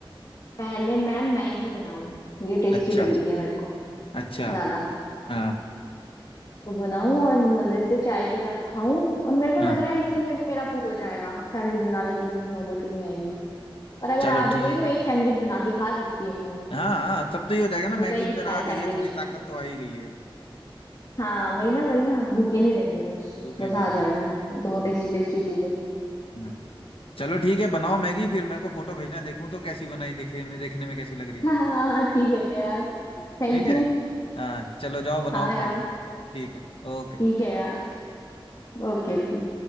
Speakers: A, on the left; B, on the left.
A: पहले मैं मैगी बनाऊं ये टेस्टी
B: अच्छा
A: लग रही है मेरे को
B: अच्छा
A: ज्यादा
B: हाँ
A: को बनाऊं और मजे से चाय के साथ खाऊं और मेरे को
B: हाँ
A: लग रहा है इसी में मेरा फूल हो जाएगा सैंडविच बनाने की तो नौबत ही नहीं आएगी पर अगर
B: चलो
A: आ भी
B: ठीक
A: गई तो
B: है
A: एक सैंडविच बना के खा सकती हूँ मैं
B: हाँ हाँ तब तो ये हो जाएगा ना मैगी
A: होता ही
B: अंदर
A: कितना
B: आ
A: है
B: गई
A: सैंडविच
B: है थोड़ी ताकत तो आ ही गई है
A: हाँ वही ना वही ना भूखे नहीं रहेंगे बस
B: भूखे
A: बस
B: नहीं
A: आ
B: है हाँ
A: जाएगा दो
B: हाँ
A: टेस्टी टेस्टी चीजें
B: हाँ। चलो ठीक है बनाओ मैगी फिर मेरे को फोटो भेजना देखूं तो कैसी बनाई दिखे देखने में कैसी लग
A: <laughs>
B: रही है
A: हाँ हाँ हाँ, ठीक है यार Thank
B: ठीक है
A: you
B: हाँ चलो जाओ बनाओ
A: हाँ यार
B: खाओ ठीक है ओके
A: ठीक है यार Okay okay